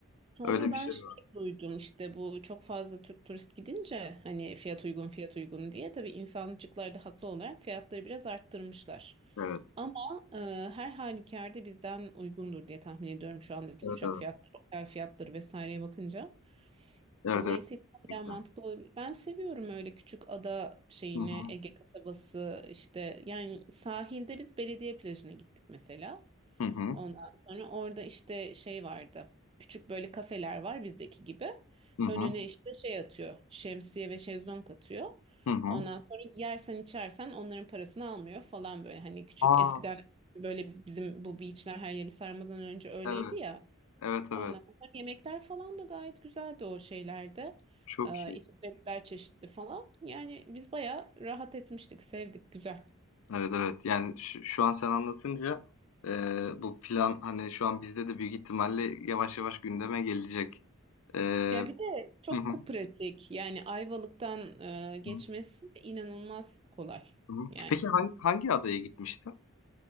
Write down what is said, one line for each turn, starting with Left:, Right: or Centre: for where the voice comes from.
Right: Sonra
Left: Öyle bir
Right: ben
Left: şey
Right: şey
Left: var.
Right: duydum işte bu çok fazla Türk turist gidince hani fiyat uygun fiyat uygun diye tabii insancıklar da haklı olarak fiyatları biraz arttırmışlar.
Left: Evet.
Right: Ama e, her halükarda bizden uygundur diye tahmin ediyorum şu andaki
Left: Evet,
Right: uçak
Left: evet.
Right: fiyatları, otel fiyatları vesaireye bakınca.
Left: Evet,
Right: Dolayısıyla
Left: evet, kesinlikle.
Right: hala mantıklı olabilir. Ben seviyorum öyle küçük ada şeyini,
Left: Hı hı.
Right: Ege kasabası işte yani sahilde biz belediye plajına gittik mesela.
Left: Hı hı.
Right: Ondan sonra orada işte şey vardı. Küçük böyle kafeler var bizdeki gibi.
Left: Hı hı.
Right: Önüne işte şey atıyor. Şemsiye ve şezlong atıyor.
Left: Hı hı.
Right: Ondan sonra yersen içersen onların parasını almıyor falan böyle. Hani küçük
Left: A!
Right: eskiden böyle bizim bu beachler her yeri sarmadan önce öyleydi
Left: Evet.
Right: ya.
Left: Evet, evet.
Right: Ondan sonra yemekler falan da gayet güzeldi o şeylerde.
Left: Çok
Right: Ee,
Left: iyi.
Right: içecekler çeşitli falan. Yani biz bayağı rahat etmiştik, sevdik, güzel.
Left: Evet, evet. Yani şu şu an sen anlatınca, eee, bu plan, hani, şu an bizde de büyük ihtimalle yavaş yavaş gündeme gelecek. Eee
Right: Ya bir de çok
Left: Hı hı.
Right: pratik. Yani Ayvalık'tan e, geçmesi
Left: Hı hı.
Right: inanılmaz kolay.
Left: Hı hı.
Right: Yani
Left: Peki hangi hangi adaya gitmiştin?